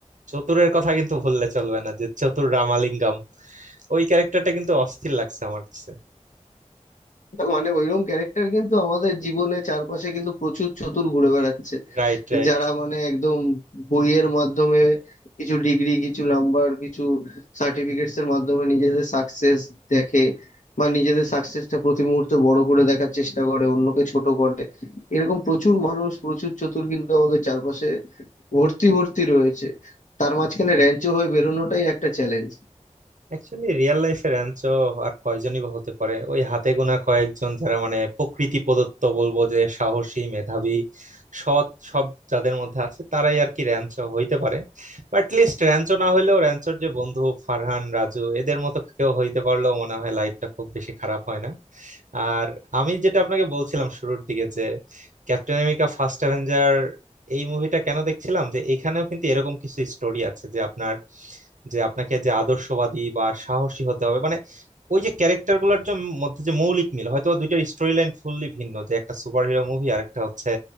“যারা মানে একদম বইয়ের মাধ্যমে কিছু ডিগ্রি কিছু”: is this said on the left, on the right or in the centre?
Left